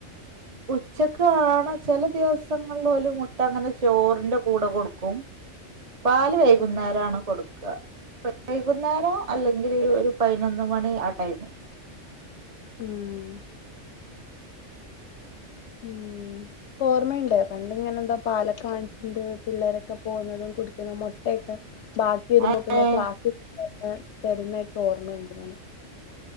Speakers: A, on the right; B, on the left.
A: ഉച്ചക്കാണ് ചെല ദിവസങ്ങളില് ഓല് മുട്ട അങ്ങനെ ചോറിന്റെ കൂടെ കൊടുക്കും
B: <unintelligible>
A: പാല് വൈകുന്നേരാണ്
B: ഉം
A: കൊട്ക്കാ വൈകുന്നേരോ അല്ലെങ്കില് ഒര് പൈന്നൊന്ന് ന്ന് മണി ആ ടൈമ്
B: ആഹ് ഉം ഓർമ്മയുണ്ട് പണ്ടിങ്ങനെ ന്തോ പാലൊക്കെ വാങ്ങിച്ചിണ്ട് പിള്ളേരൊക്കെ പോകുന്നതും കുടിക്കുന്നതും മുട്ടയൊക്കെ ബാക്കി വരുമ്പോ
A: ഏഹ്
B: പിന്നെ ക്ലാസ്സിസ്ണ്ടായി തരുന്നൊക്കെ ഓർമ്മയുണ്ട്ങ്ങനെ